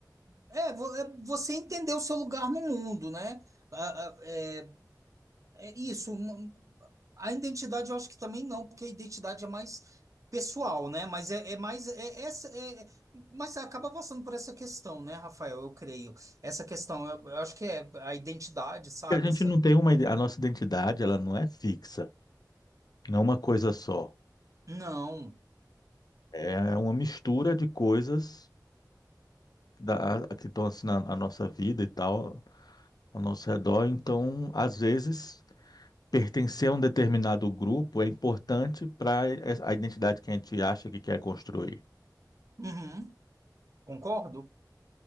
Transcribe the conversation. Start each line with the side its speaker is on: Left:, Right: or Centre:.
Right: é, vo- é, você entendeu o seu lugar no mundo, né? A- a- É, é isso, uma- a identidade eu acho que também não, porque a identidade é mais pessoal, né? Mas é, é mais é, essa, é, é- mas acaba passando por essa questão, né, Rafael? Eu creio. Essa questão, eu, eu acho que é a identidade, sabe?
Left: E a gente
Right: Essa,
Left: não tem uma, ide- a nossa identidade, ela não é fixa, não é uma coisa só.
Right: não.
Left: É uma mistura de coisas da, que estão assim na, na nossa vida e tal. ao nosso redor. Então, às vezes, pertencer a um determinado grupo é importante para a identidade que a gente acha que quer construir.
Right: Uhum. Concordo,